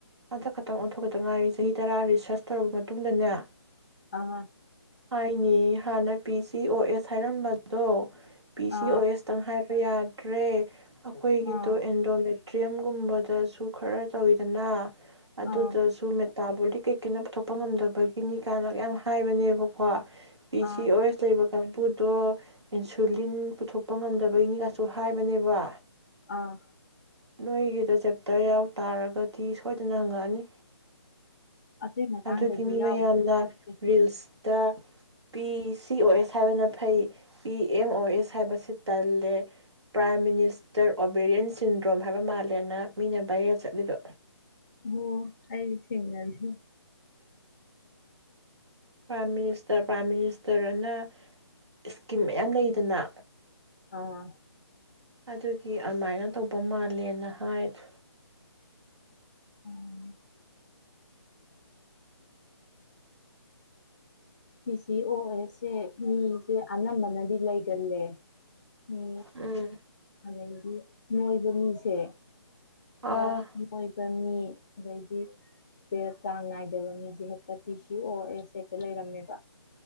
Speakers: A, on the right (about 75°); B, on the left (about 30°).
A: ꯍꯟꯗꯛ ꯈꯛꯇꯪ ꯑꯣꯟꯊꯣꯛꯀꯇ ꯉꯥꯏꯔꯤ ꯆꯍꯤ ꯇꯔꯥ ꯔꯤꯁꯔꯁ ꯇꯧꯔꯕ ꯃꯇꯨꯡꯗꯅꯦ
B: ꯑ
A: ꯍꯥꯏꯅꯦ ꯍꯥꯟꯅ ꯄꯤ ꯁꯤ ꯑꯣ ꯑꯦꯁ ꯍꯥꯏꯔꯝꯕꯗꯣ ꯄꯤ ꯁꯤ
B: ꯑꯥ
A: ꯑꯣ ꯑꯦꯁꯇꯪ ꯍꯥꯏꯥꯏ ꯌꯥꯗ꯭ꯔꯦ ꯑꯩꯈꯣꯏꯒꯤꯗꯨꯣ
B: ꯑꯥ
A: ꯑꯦꯟꯗꯣꯃꯦꯦꯟ ꯇ꯭꯭ꯔꯌꯦꯝꯒꯨꯝꯕꯗꯁꯨ ꯈꯔ ꯇꯧꯋꯤꯗꯅ ꯑꯗꯨꯗꯁꯨ
B: ꯑꯥ
A: ꯑꯇꯥꯕꯣꯜꯗꯤ ꯀꯩ ꯀꯩꯅ ꯄꯨꯊꯣꯛꯄ ꯉꯝꯗꯕꯒꯤꯅꯤ ꯀꯥꯏꯅ ꯌꯥꯝ ꯍꯥꯏꯕꯅꯦꯕꯀꯣ ꯄꯤ
B: ꯑꯥ
A: ꯁꯤ ꯑꯣ ꯂꯩ ꯃꯈ ꯀꯥꯡꯕꯨꯗꯣ ꯏꯟꯁꯨꯂꯤꯟ ꯄꯨꯊꯣꯛꯄ ꯉꯝꯗꯕꯒꯤꯅꯤꯒꯁꯨ ꯍꯥꯏꯕꯅꯦꯕ
B: ꯑꯥ
A: ꯅꯣꯏꯒꯤꯗ ꯆꯦꯞꯇꯔ ꯌꯥꯎ ꯇꯥꯔꯒꯗꯤ ꯁꯣꯏꯗꯅ ꯍꯪꯉꯛꯑꯅꯤ
B: ꯑꯗꯨꯏ ꯃꯇꯥꯡꯗꯗꯤ
A: ꯑꯗꯨꯒꯤ ꯃꯤ
B: ꯌꯥꯎꯗꯤ
A: ꯃꯌꯥꯝꯅ
B: ꯌꯥꯎꯗ꯭ꯔꯤ
A: ꯔꯤꯜꯁ ꯇ ꯄꯤ ꯁꯤ ꯑꯣ ꯑꯦꯁ ꯍꯥꯏꯕꯅ ꯐꯩ ꯄꯤ ꯑꯦꯝ ꯑꯣ ꯑꯦꯁ ꯍꯥꯏꯕꯁꯤ ꯇꯜꯂꯦ ꯄ꯭ꯔꯥꯏꯝ ꯃꯤꯅꯤꯁꯇꯔ ꯑꯣꯕꯦꯔꯤꯌꯦꯟ ꯁꯤꯟꯗ꯭ꯔꯣꯝ ꯍꯥꯏꯕ ꯃꯥꯜꯂꯦꯅ ꯃꯤꯅ ꯚꯥꯏꯔ ꯆꯠꯂꯤꯕ
B: ꯑꯣ ꯑꯩꯗꯤ ꯊꯦꯡꯅꯖ
A: ꯄ꯭ꯔꯥꯏꯝ ꯃꯤꯅꯤꯁꯇꯔ ꯄ꯭ꯔꯥꯏꯝ ꯃꯤꯅꯤꯁꯇꯔꯅ ꯏꯁꯀꯤꯝ ꯃꯌꯥꯝ ꯂꯩꯗꯅ
B: ꯑꯥ
A: ꯑꯗꯨꯒꯤ ꯑꯗꯨꯃꯥꯏꯅ ꯇꯧꯕ ꯃꯥꯜꯂꯦꯅ ꯍꯥꯏꯗꯣ
B: ꯎꯝ ꯤ ꯁꯤ ꯑꯣ ꯑꯦꯁꯁꯦ ꯃꯤꯁꯦ ꯑꯅꯝꯕꯅꯗꯤ ꯂꯩꯒꯜꯂꯦ ꯃꯤ
A: ꯎꯝ
B: ꯑꯗ ꯃꯣꯏꯕꯨꯃꯤꯁꯦ
A: ꯑꯥ
B: ꯑ ꯃꯣꯏꯕꯅꯤ ꯑꯗꯩꯗꯤꯦ ꯆꯥꯡ ꯅꯥꯏꯗꯕ ꯃꯤꯁꯦ ꯍꯦꯛꯇ ꯄꯤ ꯁꯤ ꯑꯣ ꯑꯦꯁ ꯍꯦꯛꯇ ꯂꯩꯔꯝꯃꯦꯕ